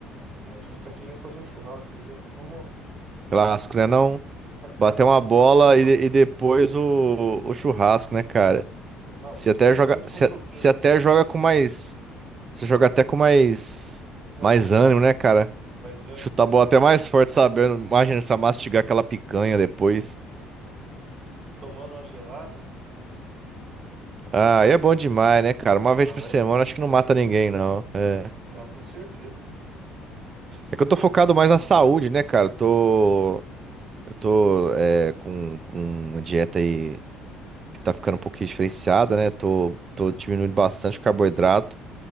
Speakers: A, on the right; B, on the right.
A: Aí a gente tá querendo fazer um churrasco. Aí já vamos
B: Clássico, né? Não?
A: comprar carne
B: Bater
A: ali
B: uma
A: pra
B: bola
A: fazer um churrascão.
B: e, e depois o, o churrasco, né, cara?
A: Churrasquinho
B: Se até joga.
A: co- junto com
B: Se,
A: um truquinho.
B: a- se até joga com mais. Você joga até com mais.
A: Com mais
B: Mais
A: vontade,
B: ânimo, né, cara?
A: mais ânimo.
B: Chutar a bola até mais forte, sabendo. Imagina só mastigar aquela picanha depois.
A: Tomando uma gelada.
B: Ah, e é bom demais, né, cara? Uma vez
A: Não,
B: por semana
A: é bom,
B: acho
A: né, cara?
B: que não mata ninguém, não. É
A: Não, com certeza.
B: é que eu tô focado mais na saúde, né, cara? Eu tô, eu tô é, com, com uma dieta aí que tá ficando um pouquinho diferenciada, né? Tô, tô diminuindo bastante o carboidrato,